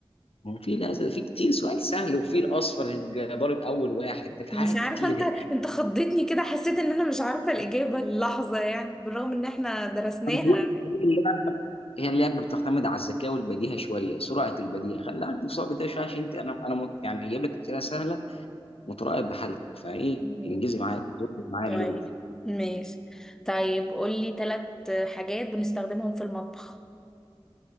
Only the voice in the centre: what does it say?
مش
عارفة
انت
انت خضتني كده حسيت ان انا مش عارفة الإجابة اللحظة يعني بالرغم ان احنا درسناها
مم.
طيب
ماشي طيب قولي ثلاث حاجات بنستخدمهم في المطبخ